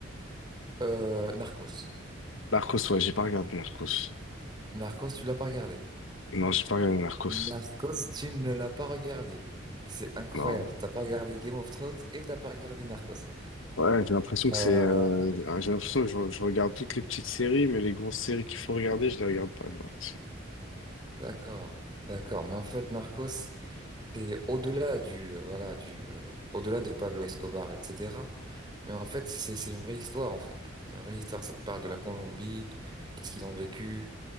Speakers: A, on the right; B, on the left.
A: Euh, Narcos.
B: Narcos, ouais, j'ai pas regardé Narcos.
A: Narcos, tu l'as pas regardé.
B: Non, j'ai pas regardé Narcos.
A: Narcos, tu ne l'as pas regardé. Mais c'est incroyable.
B: Non.
A: T'as pas regardé Game of Thrones et t'as pas regardé Narcos.
B: Ouais, j'ai l'impression que
A: Euh,
B: c'est. euh, ah, j'ai l'impression que je, je regarde toutes les petites séries, mais les grosses séries qu'il faut regarder, je les regarde pas, j'ai l'impression.
A: d'accord, d'accord. Mais en fait, Narcos, C'est au-delà du, euh, voilà, du, euh, au-delà de Pablo Escobar, etc. Mais en fait, c'est, c'est une vraie histoire, en fait. C'est une vraie histoire. Ça te parle de la Colombie, qu'est-ce qu'ils ont vécu